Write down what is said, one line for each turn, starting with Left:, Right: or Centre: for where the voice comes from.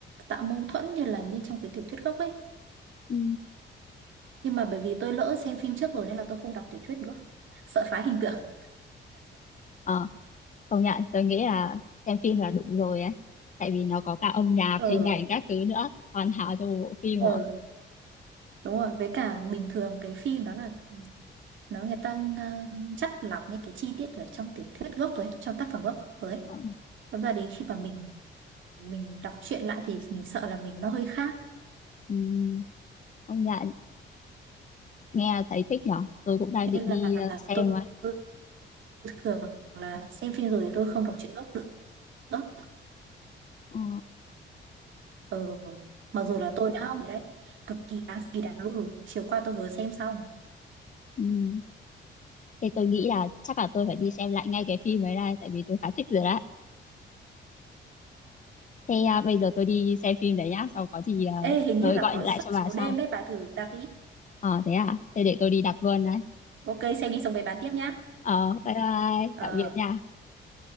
Right: tạo mâu thuẫn như là như trong cái tiểu thuyết gốc ấy
Left: Ừ.
Right: nhưng mà bởi vì tôi lỡ xem phim trước rồi nên là tôi không đọc tiểu thuyết nữa sợ phá hình tượng <laughs>
Left: Ờ, Công nhận, tôi nghĩ là xem phim là đủ rồi ấy. Tại vì nó có cả âm nhạc,
Right: ờ
Left: hình ảnh các thứ nữa. Hoàn hảo cho một bộ phim
Right: ờ
Left: rồi.
Right: đúng rồi với cả bình thường cái phim đó là ừ, nó người ta uh, chắt lọc những cái chi tiết ở trong tiểu thuyết gốc rồi ấy, trong tác phẩm gốc rồi ấy.
Left: Ờ,
Right: Thật ra đến khi mà mình mình đọc truyện lại thì mình sợ là mình nó hơi khác
Left: ừm, công nhận, nghe thấy thích nhở. Tôi cũng đang định
Right: nên là
Left: đi ờ, xem
Right: tôi,
Left: rồi.
Right: tôi thường là xem phim rồi thì tôi không đọc truyện gốc nữa
Left: Ờ,
Right: ừ. mặc dù là tôi đã học đấy cực kỳ đáng kỳ đáng lùi chiều qua tôi vừa xem xong
Left: ừm. Thế tôi nghĩ là chắc là tôi phải đi xem lại ngay cái phim ấy này. Tại vì tôi khá thích rồi đấy. Thế à, bây giờ tôi đi xem phim đấy nhá. Sau có gì ờ,
Right: ê hình
Left: rồi
Right: như là
Left: gọi
Right: có
Left: lại
Right: suất
Left: cho
Right: chiếu
Left: bà sau.
Right: đêm đấy bà thử đặt đi
Left: Ờ, thế à? Thế để tôi đi đặt luôn đấy.
Right: ok xem đi xong về bàn tiếp nhá
Left: Ờ, bye bye.
Right: ờ
Left: Tạm biệt nha.